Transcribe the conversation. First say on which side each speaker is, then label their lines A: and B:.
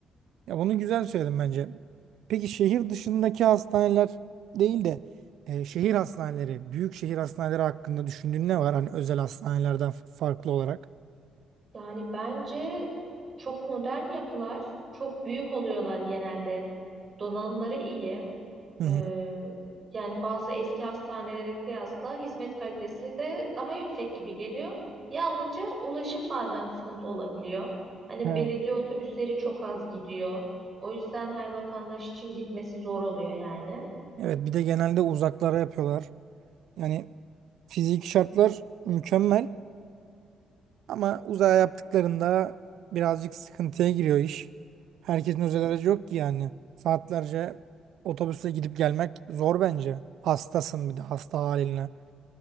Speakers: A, on the right; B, on the right.
A: Ya bunu güzel söyledim bence. Peki şehir dışındaki hastaneler değil de e, şehir hastaneleri, büyük şehir hastaneleri hakkında düşündüğün ne var? Hani özel hastanelerden f- farklı olarak.
B: Yani bence çok modern yapılar, çok büyük oluyorlar genelde. Donanımları iyi.
A: Hı
B: Ee,
A: hı.
B: yani bazı eski hastanelere kıyasla hizmet kalitesi de daha yüksek gibi geliyor. Yalnızca ulaşım bazen sıkıntı olabiliyor. Hani
A: Ha.
B: belediye otobüsleri çok az gidiyor. O yüzden her vatandaş için gitmesi zor oluyor yani.
A: Evet bir de genelde uzaklara yapıyorlar. Yani fiziki şartlar mükemmel Ama uzaya yaptıklarında birazcık sıkıntıya giriyor iş. Herkesin özel aracı yok ki yani. Saatlerce otobüsle gidip gelmek zor bence. Hastasın bir de hasta haline.